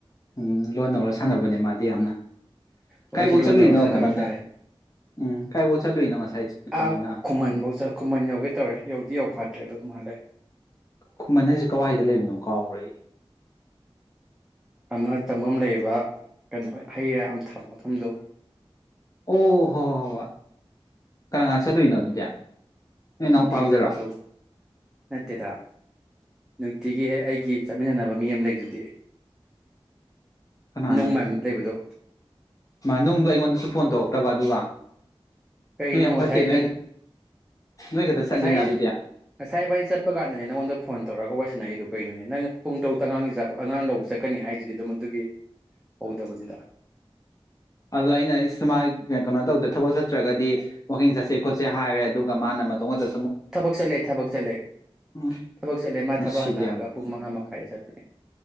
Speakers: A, on the left (about 35°); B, in the centre.
A: ꯎꯝ ꯂꯣꯟꯅ ꯑꯣꯔꯒ ꯁꯥꯟꯅꯕꯅꯦ ꯃꯥꯗꯤ ꯌꯥꯝꯅ
B: ꯍ
A: ꯀꯥꯏꯕꯧ
B: ꯑꯩꯁꯨ ꯂꯣꯟꯅꯧꯔꯛ
A: ꯆꯠꯂꯨꯏꯅꯣ
B: ꯁꯥꯟꯅꯕ
A: ꯀꯩꯅꯣꯅ
B: ꯍꯥꯏꯇꯥꯔꯦ
A: ꯎꯝ ꯀꯥꯏꯕꯧ ꯆꯠꯂꯨꯏꯅꯣ ꯉꯁꯥꯏ ꯀꯩꯅꯣꯅ
B: ꯑꯥ ꯈꯨꯃꯟ ꯐꯧꯠ ꯈꯨꯃꯟ ꯌꯧꯒꯦ ꯇꯧꯔꯦ ꯌꯧꯗꯤ ꯌꯧ ꯐꯥꯠꯇ꯭ꯔꯦ ꯑꯗꯣ ꯑꯗꯨꯝ ꯍꯜꯂꯛꯑꯦ
A: ꯈꯨꯃꯟ ꯍꯥꯏꯁꯦ ꯀꯗꯥꯏꯗ ꯂꯩꯕꯅꯣ ꯀꯥꯎꯈ꯭ꯔ
B: ꯑꯃ ꯆꯪꯐꯝ ꯂꯩꯕ ꯀꯩꯅꯣ ꯍꯩ ꯑꯃ ꯊꯥꯕ ꯃꯐꯝꯗꯣ
A: ꯑꯣ ꯍꯣ ꯍꯣ ꯀꯔ ꯀ ꯆꯠꯂꯨꯏꯅꯣ ꯑꯗꯨꯗꯤ ꯅꯣꯏ
B: ꯅꯨꯡꯇꯤꯒꯤ
A: ꯏꯅꯥꯎꯄꯥꯒꯤꯔꯣ
B: ꯆꯠꯄꯗ ꯅꯠꯇꯦꯗ ꯅꯨꯡꯇꯤꯒꯤ ꯑꯩ ꯒꯤ ꯆꯠꯃꯤꯟꯅꯅꯕ ꯃꯤ ꯑꯃ ꯂꯩꯗꯨꯗꯤ
A: ꯀꯅꯥꯅꯣ
B: ꯅꯣꯡꯃ ꯂꯩꯕꯗꯣ
A: ꯅꯨꯡꯗꯣ ꯑꯩꯉꯣꯟꯗꯁꯨ ꯐꯣꯟ ꯇꯧꯔꯛꯇꯕ ꯑꯗꯨꯒ
B: ꯀꯩꯅꯣ
A: ꯅꯣꯏ ꯌꯥꯝ
B: ꯉꯁꯥꯏ
A: ꯐꯠꯇꯦ ꯅꯣꯏ
B: ꯅꯪ
A: ꯅꯣꯏ ꯈꯛꯇ
B: ꯉꯁꯥꯏ
A: ꯆꯠꯂꯤꯅ ꯑꯗꯨꯗꯤ
B: ꯉꯁꯥꯏ ꯥꯏ ꯆꯠꯄ ꯀꯥꯟꯗꯅꯦ ꯅꯪꯉꯣꯟꯗ ꯐꯣꯟ ꯇꯧꯔꯛꯑꯒ ꯋꯥꯔꯤꯏꯁꯟꯅꯛꯏꯗꯨ ꯀꯩꯅꯣꯅꯦ ꯅꯪ ꯄꯨꯡ ꯇꯔꯨꯛꯛꯇ ꯑꯉꯥꯡꯒꯤ ꯑꯉꯥꯡ ꯂꯧꯕ ꯆꯠꯀꯅꯤ ꯍꯥꯏꯗꯨꯗꯤ ꯑꯗꯨꯝ ꯑꯗꯨꯒꯤ ꯍꯧꯗꯕꯅꯤꯗ
A: ꯑꯗꯣ ꯑꯩꯅ ꯁꯨꯃꯥꯏ ꯀꯩꯅꯣ ꯇꯧꯗ ꯊꯕꯛ ꯆꯠꯇ꯭ꯔꯒꯗꯤ ꯋꯥꯛꯀꯤꯡ ꯆꯠꯁꯦ ꯈꯣꯠꯁꯦ ꯍꯥꯏꯔꯦ ꯑꯗꯨꯒ ꯃꯥꯅ ꯃꯇꯨꯡꯗ
B: ꯊꯕꯛ ꯆꯠꯂꯦ ꯊꯕꯛ ꯆꯠꯂꯦ
A: ꯎꯝ
B: ꯊꯕꯛ ꯆꯠꯂꯦ ꯃꯥ
A: ꯅꯨꯡꯁꯤꯗꯦ
B: ꯊꯕꯛ ꯍꯜꯂꯛꯑꯒ
A: ꯌꯥꯝꯅ
B: ꯄꯨꯡ ꯃꯉꯥ ꯃꯈꯥꯏꯗ ꯆꯠꯄꯅꯦ